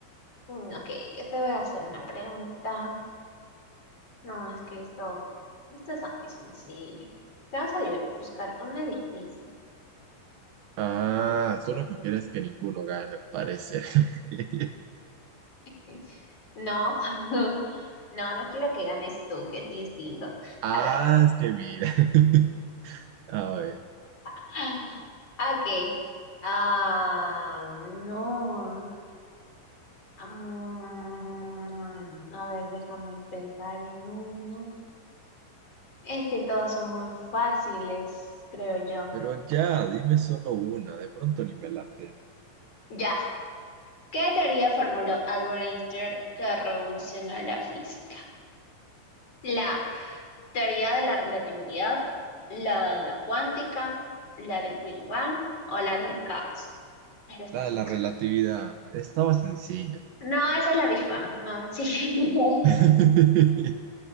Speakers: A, on the left; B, on the right.
A: Mm, Ok, yo te voy a hacer una pregunta. No, es que esto, esto está muy sencillo. Vamos a di- buscar una difícil.
B: Ah,
A: Ujú.
B: solo que quieres que ninguno gane, al parecer. <laughs>
A: <laughs> No. <laughs> No, no quiero que ganes tú, que es distinto.
B: Ah,
A: A ver.
B: es que mira. <laughs> A ver,
A: <sighs> Ok. Ah, no. Mm, a ver, déjame pensar en una. Es que todas son muy fáciles, creo yo.
B: pero ya, dime solo una, de pronto ni me la sé.
A: Ya. ¿Qué teoría formuló Albert Einstein que revolucionó la física? La teoría de la relatividad, la de la cuántica, la del Big Bang o la del caos. Esta está
B: La
A: sencilla.
B: de la relatividad, estaba sencilla.
A: No, esa es la Big Bang, no, sí. <laughs>
B: <laughs>